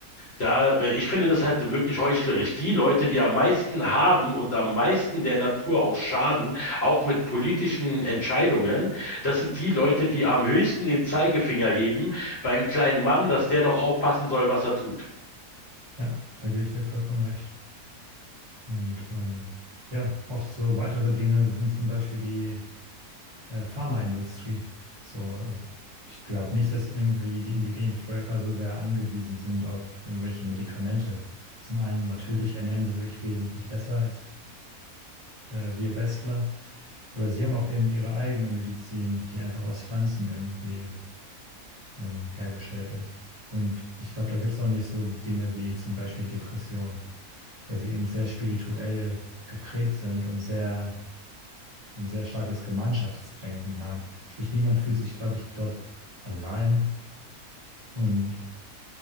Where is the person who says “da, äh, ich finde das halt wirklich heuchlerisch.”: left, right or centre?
Left